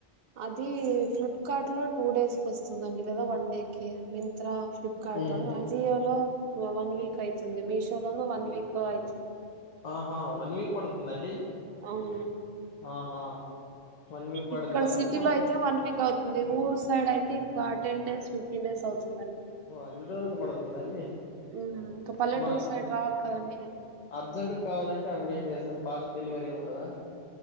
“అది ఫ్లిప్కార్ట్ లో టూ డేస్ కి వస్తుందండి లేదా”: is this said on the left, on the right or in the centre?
Right